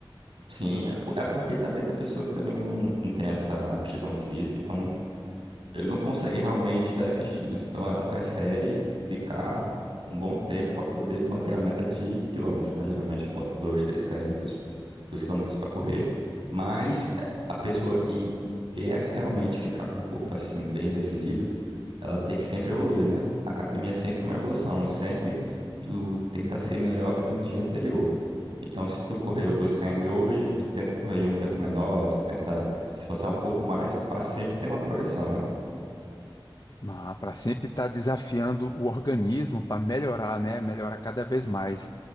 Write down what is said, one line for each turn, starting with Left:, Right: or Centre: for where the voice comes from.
Right: sim, é, po- é porque também tem pessoa que também não, não tem essa aptidão física, então ele não consegue realmente dar esses tiros, então ela prefere ficar um bom tempo para poder bater a meta de quilômetros, né? Geralmente bota 2 3 quilômetros, 2 quilômetros para correr, mas a pessoa que quer realmente ficar com o corpo assim bem definido, Ela tem que sempre evoluir, né? A academia é sempre uma evolução. Sempre tu tenta ser melhor que no dia anterior. Então, se tu correu dois km hoje, tu tenta correr em um tempo menor, tu tenta se esforçar um pouco mais para sempre ter uma progressão, né?
Left: Mas para sempre estar desafiando o organismo para melhorar, né? Melhorar cada vez mais.